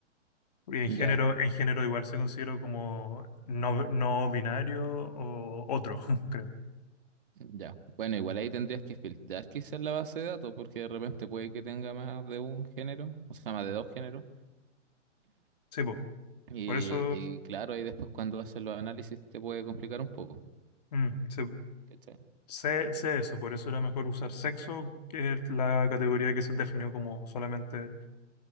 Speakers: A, on the left; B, on the right.
A: Porque en
B: Ya.
A: género, en género igual se considera como no, no binario o otro, <laughs> creo.
B: Ya. Bueno, igual ahí tendrías que filtrar quizás la base de datos, porque de repente puede que tenga más de un género, o sea, más de dos géneros.
A: Sí, po.
B: Y,
A: Por eso
B: y claro, ahí después cuando haces los análisis te puede complicar un poco.
A: mm, sé,
B: ¿Cachai?
A: sé sé eso, por eso era mejor usar sexo, que es la categoría que se definió como solamente